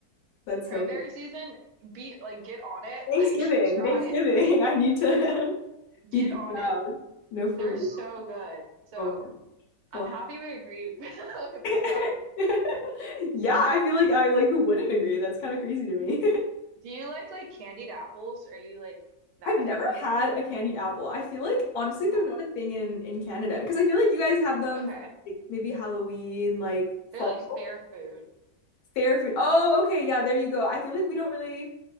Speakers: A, on the left; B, on the right.
A: that's
B: cranberry
A: so funny.
B: season, be like get on it,
A: Thanksgiving,
B: <laughs> like try
A: Thanksgiving.
B: it.
A: <laughs> I need to
B: Yes,
A: <laughs>
B: get
A: beat the
B: on
A: crowd.
B: it.
A: No, for
B: They're
A: real.
B: so good. So
A: Oh my God.
B: I'm happy we agree <laughs> with this
A: Oh.
B: stuff.
A: <laughs> Yeah, I feel like I like who wouldn't agree? That's kind of crazy to me.
B: Do you like like candied apples? Are you like
A: <laughs>
B: that
A: I've
B: type
A: never
B: of?
A: had a candied apple. I feel like honestly they're
B: Oh,
A: not a thing in in Canada because I feel like you guys have them
B: okay.
A: for, like, maybe Halloween, like
B: They're
A: fall.
B: like fair food.
A: fair food. Oh, okay, yeah, there you go. I feel like we don't really.